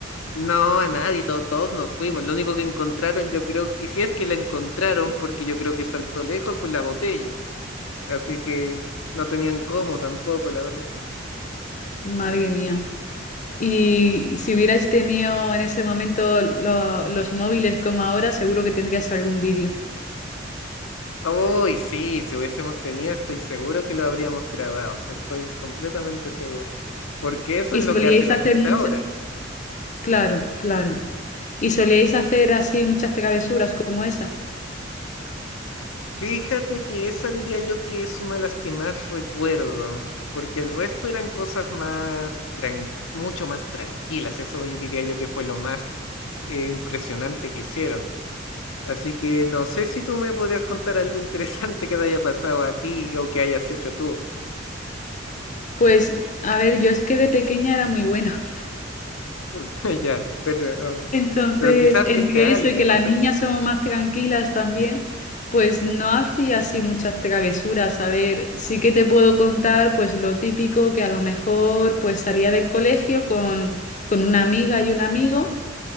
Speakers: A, on the left (about 90°); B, on the left (about 40°).
A: No, a nadie, to- todos nos fuimos. Lo único que encontraron, yo creo, y si es que la encontraron, porque yo creo que saltó lejos, fue la botella. Así que no tenían cómo tampoco, la verdad.
B: Madre mía. Y si hubierais tenido en ese momento lo- los móviles como ahora, seguro que tendrías algún vídeo.
A: Uy, sí, si hubiésemos tenido, estoy seguro que lo habríamos grabado, estoy completamente seguro, porque eso
B: Y
A: es lo
B: solíais
A: que hace la
B: hacer
A: gente
B: mucho,
A: ahora.
B: claro, claro. Y solíais hacer así muchas travesuras como esa.
A: Fíjate que esa diría yo que es una de las que más recuerdo, porque el resto eran cosas más, tran- mucho más tranquilas, eso yo diría yo que fue lo más eh, impresionante que hicieron. Así que no sé si tú me podrías contar algo interesante que te haya pasado a ti o que hayas hecho tú.
B: Pues, a ver, yo es que de pequeña era muy buena.
A: <laughs> Ya, pero,
B: Entonces,
A: pero quizás
B: entre
A: viste a
B: eso
A: alguien,
B: y que las
A: no sé.
B: niñas somos más tranquilas también, pues no hacía así muchas travesuras. A ver, sí que te puedo contar pues lo típico que a lo mejor pues salía del colegio con, con una amiga y un amigo